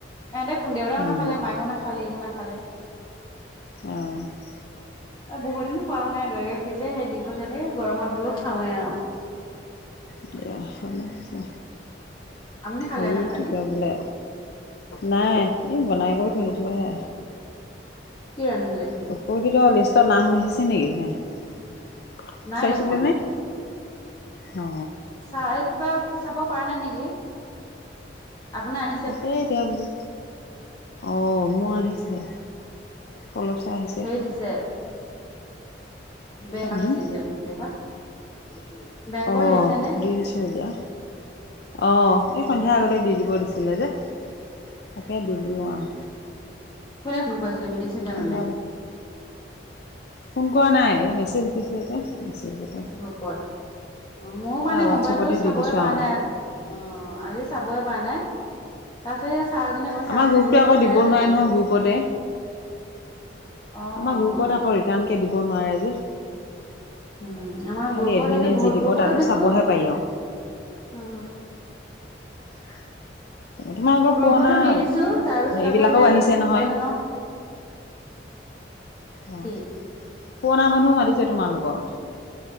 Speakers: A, on the left; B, on the left.
A: ইহঁতে কোন দেউতাই ও
B: উম
A: নাখালে মাই ও নাখালে ইও নাখালে।
B: অ'
A: আৰু বহু দিন খোৱাও নাই দৈ গাখীৰ যে সেই দি পঠালে এই গৰমত বোলো খাওঁ এ আৰু
B: দিয়া ভালে হৈছে
A: আপুনি খালে
B: হেৰি
A: ভাত পানী?
B: কি কয় বোলে নাই এই বনাই কৰি থৈছোহে
A: কি ৰান্ধিলে
B: বাপ পোৰহিতৰ লিষ্টত নাম আহিছে নিকি নাই
A: নাই
B: চাইছিলে
A: দেখোন।
B: নে অ
A: চাই কিবা চাব পৰা নাই নিকি আপোনাৰ আহি
B: তাকেই এতিয়া বোলো অ মোৰ আহিছে পলপ চা আহিছে
A: হেৰি দিছে <unintelligible>
B: উম অ
A: আহিছে নে?
B: দি দিছো এতিয়া অ এই সন্ধিয়া আগতে দি দিব দিছে দিলে যে তাকে দি
A: উম
B: দিলো আৰু
A: কোনে ফোন কৰিছিলে মৃদুস্মিতা
B: সন্ধিয়া
A: মেমে
B: ফোন কৰা নাই এই মেছেজ দিছে যে মেছেজত
A: গ্ৰুপত অ মোৰ মানে
B: তাৰ হোৱাটছএপতে
A: মোবাইলটো চাবই
B: দি দিছো
A: পৰা
B: আৰু
A: নাই আজি অ আজি চাবই পৰা নাই তাৰ পিছত সেই ছাৰজনে কৈছে
B: আমাৰ
A: আপুনি
B: গ্ৰুপটো
A: গ্ৰুপত
B: আকৌ দিব
A: নাই
B: নোৱাৰে
A: জানো
B: নহয় গ্ৰুপতে
A: অ'
B: আমাৰ
A: অ'
B: গ্ৰুপত আকৌ ৰিটাৰ্ণকে দিব নোৱাৰে যে
A: উম আমাৰ
B: খালি
A: গ্ৰুপত
B: এডমিনে
A: একে বহুত
B: যি দিব
A: গ্ৰুপতো
B: তাতো
A: দিছো
B: চাবহে পাৰি আৰু
A: উম <unintelligible>
B: তোমালোকৰ
A: গ্ৰুপতো
B: পুৰণা
A: দি দিছো তাৰ পিছত
B: হেৰিবিলাকো
A: আকৌ সেয়া
B: আহিছে নহয়
A: চাৰজনক
B: অ
A: কি
B: পুৰণা মানুহো মাতিছে তোমালোকৰ